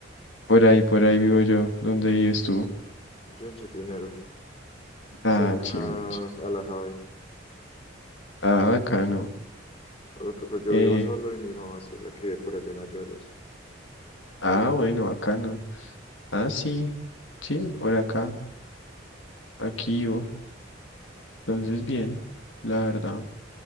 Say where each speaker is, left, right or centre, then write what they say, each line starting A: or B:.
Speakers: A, on the left; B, on the left.
A: por ahí, por ahí vivo yo. ¿Dónde vives tú?
B: Yo en Chapinero,
A: Ah,
B: cerca
A: chim, chim.
B: a la Jave.
A: Ah, bacano.
B: A lo que pues yo
A: Eh,
B: vivo solo y mi mamá sí es la que vive por allá en Ayuelos.
A: ah, bueno, bacano. Ah, sí, sí, por acá, aquí yo. Entonces, bien, la verdad.